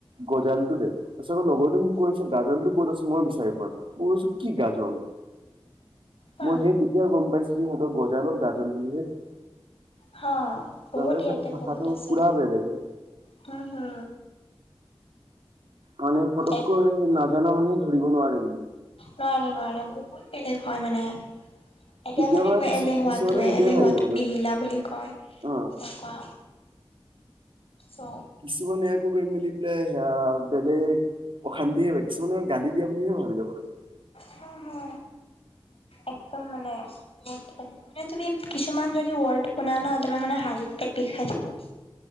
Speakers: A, on the right; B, on the left.
A: গজালটো দে তাৰপাছত লগৰটো মোক কৈছে গাজলটো ক'ত আছে মই বিচাৰি পোৱা মই কৈছো কি গাজল
B: হা
A: মই সেই তেতিয়া গম পাইছোঁ যে সিহঁতক গজালক গাজল বুলিহে কয়
B: হা
A: তেওঁলোকে
B: বহুত ইয়াতে
A: চাগে ভাষাটো
B: বহুত আছে
A: পুৰা বেলেগ হয়
B: হো হো
A: মানে ফটককৈ
B: এক
A: নাজানা মানুহ ধৰিব নোৱাৰে কিন
B: নোৱাৰে- নোৱাৰে বহুত বেলেগ হয় মানে এতিয়া
A: কেতিয়াবা
B: যেনেকৈ
A: কিছু
B: এলেহুৱাটোৱে
A: কিছুমানে সেইটোৱে
B: এলেহুৱাটো
A: ভাবিব
B: বিহিলা বুলি কয় এনেকুৱা।
A: অ
B: চ'
A: কিছুমানে আকৌ কৰি মেলি পেলাই সেয়া বেলেগ অশান্তিয়ে হয় কিছুমানে আৰু গালি দিয়া বুলিহে ভাবি লব লয়।
B: হো -হো একদম মানে <unintelligible> মানে তুমি কিছুমান যদি ৱৰ্ড শুনা ন' তোমাৰ মানে হাঁহি পেট বিষাই যাব।